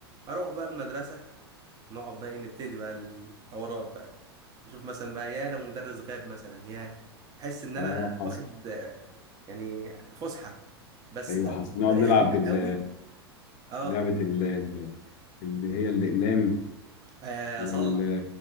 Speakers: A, on the right; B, on the left.
A: أروح بقى المدرسة ونقعد بقى إيه نبتدي بقى الحوارات بقى نشوف مثلا بقى يا لو مدرس غاب مثلا يا بحس إن
B: اه
A: أنا
B: حصل
A: واخد آه، يعني فسحة بس
B: ايوه
A: بقى
B: حصل
A: بتبقى
B: نقعد نلعب
A: رخمة
B: بال
A: قوي أه
B: لعبه ال- ال- اللي هي الاقلام
A: آه،
B: وال
A: أصلح